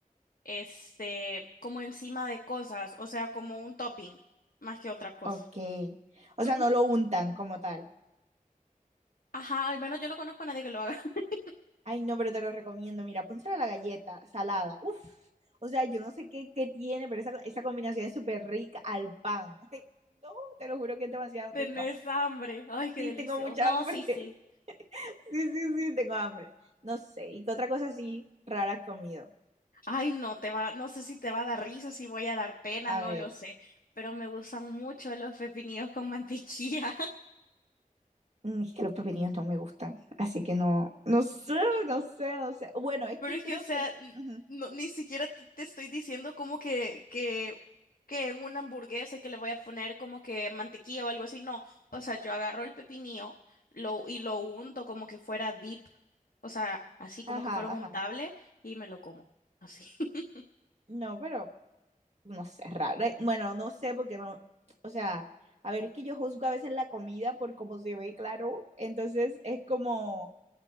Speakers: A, on the left; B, on the right.
A: este, como encima de cosas, o sea, como un topping, más que otra cosa.
B: Ok. O sea,
A: Ujú.
B: no lo untan como tal.
A: Ajá, al menos yo no conozco a nadie que lo haga. <laughs>
B: Ay, no, pero te lo recomiendo. Mira, pónselo a la galleta salada. Uf. O sea, yo no sé qué, qué tiene, pero esa, esa combinación es súper rica al pan. <laughs> Ay, no, te lo juro que es demasiado rico.
A: Tenés hambre. Ay, qué
B: Sí,
A: delicioso.
B: tengo mucha
A: No,
B: hambre.
A: sí, sí.
B: <laughs> Sí, sí, sí, tengo hambre. No sé. ¿Y qué otra cosa así rara has comido?
A: Ay, no, te va, no sé si te va a dar risa, si voy a dar pena,
B: A
A: no
B: ver.
A: lo sé. Pero me gustan mucho los pepinillos con <laughs> mantequilla.
B: Mm, Es que los pepinillos no me gustan. Así que no. No sé, no sé, no sé. Bueno, es
A: Pero
B: que
A: es
B: creo
A: que, o sea,
B: que.
A: n-
B: ujú,
A: no, ni siquiera te, te estoy diciendo como que, que, que en una hamburguesa que le voy a poner como que mantequilla o algo así. No, o sea, yo agarro el pepinillo lo, y lo unto como que fuera dip. O sea, así
B: Ajá,
A: como que fuera un
B: ajá.
A: untable y me lo como. Así. <laughs>
B: No, pero. no sé, raro. eh, Bueno, no sé porque no, o sea, a ver, es que yo juzgo a veces la comida por cómo se ve, claro. Entonces es como,